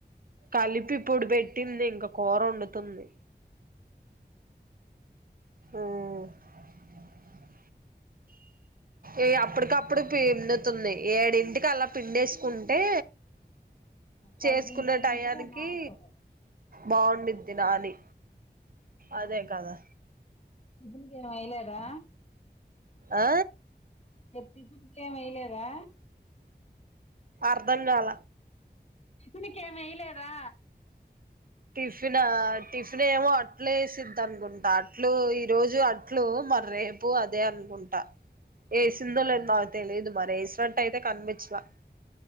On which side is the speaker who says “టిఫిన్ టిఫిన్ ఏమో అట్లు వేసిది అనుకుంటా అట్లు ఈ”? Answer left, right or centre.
Right